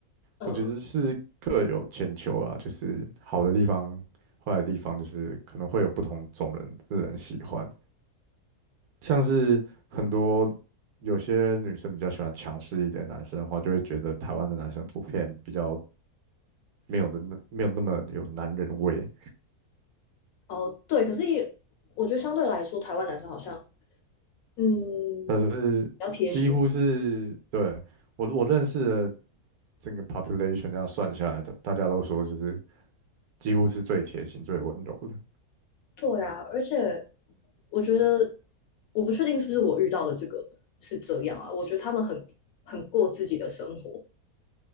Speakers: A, on the left; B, on the right.
A: 嗯嗯
B: 我觉得是各有千秋啦，就是好的地方、坏的地方，就是可能会有不同种人的人喜欢，像是很多有些女生比较喜欢强势一点的男生的话，就会觉得台湾的男生普遍比较没有的那没有那么有男人味，
A: 哦，对，可是也，我觉得相对来说，台湾男生好像，嗯，
B: 但是几乎是对。
A: 比较贴心。
B: 我我认识的整个 population 这样算下来的，大家都说就是几乎是最贴心、最温柔的。
A: 对啊，而且我觉得，我不确定是不是我遇到的这个是这样啊。我觉得他们很很过自己的生活，